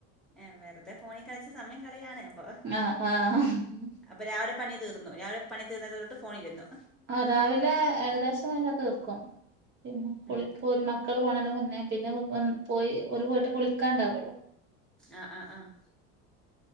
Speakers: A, in the centre; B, on the right (about 35°).
A: ഏ വെറുതെ ഫോണി കളിച്ച് സമയം കളിയാണ് അപ്പൊ
B: ആഹ് ആഹ്
A: അപ്പൊ രാവിലെ പണി തീർ തീർന്നോ രാവിലെ പണി തീർന്നത് കൊണ്ട് ഫോണിരുന്നു
B: ആ രാവിലെ ഏകദേശം <unintelligible> തീർക്കും പിന്നെ കുളിയൊക്കെ
A: ഉം
B: ഓര് മക്കള് പോണെയ്ൻ്റെ മുന്നേ പിന്നെ ഒൻ പോയി ഓല് പോയിട്ട് കുളിക്കാണ്ടാവൊള്ളൂ
A: ആഹ് ആഹ് ആഹ്